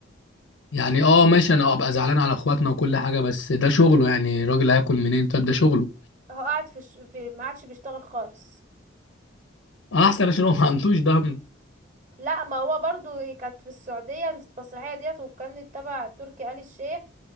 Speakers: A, on the left; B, on the right.
A: يعني اه ماشي انا ابقى زعلان على اخواتنا وكل حاجه بس ده شغله يعني الراجل هياكل منين طيب ده شغله
B: هو قاعد في, الش... في ما عادش بيشتغل خالص
A: احسن عشان هو ما عندوش دم
B: لا ما هو برضو كانت في السعودية المسرحية ديت وكانت تبع تركي آل الشيخ